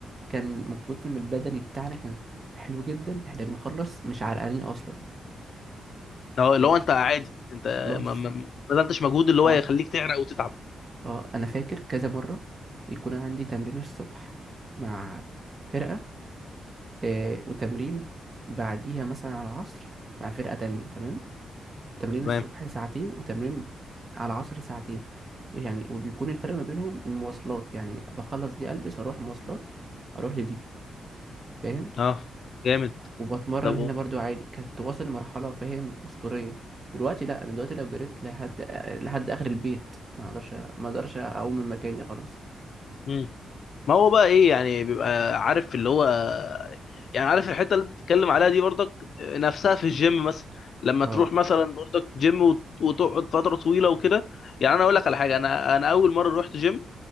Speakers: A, on the right; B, on the left.
A: كان من كتر ما البدني بتاعنا كان حلو جدا احنا بنخلص مش عرقانين اصلا
B: لو لو
A: ايه طب
B: انت عادي انت
A: خلاص
B: ما ما ما بذلتش مجهود اللي هو
A: اه
B: يخليك تعرق وتتعب
A: اه انا فاكر كذا مرة يكون عندي تمرين الصبح مع فرقة آه، وتمرين بعديها مثلا على العصر مع فرقة تانية تمام تمرين الصبح
B: تمام
A: ساعتين وتمرين على العصر ساعتين يعني وبيكون الفرق ما بينهم المواصلات يعني بخلص دي ألبس أروح مواصلات أروح لدي فاهم
B: اه جامد
A: وبتمرن
B: طب
A: هنا
B: و-
A: برضو عادي كانت واصل لمرحلة فاهم أسطورية دلوقتي لا أنا دلوقتي لو جريت لحد لحد آخر البيت ما أقدرش ما أقدرش أقوم من مكاني خلاص
B: مم. ما هو بقى ايه يعني بيبقى عارف اللي هو يعني عارف الحته اللي بتتكلم عليها دي برضك نفسها في الجيم مثلا لما
A: اه
B: تروح مثلا برضك جيم وت- وتقعد فتره طويله وكده يعني انا اقول لك على حاجه انا انا اول مره رحت جيم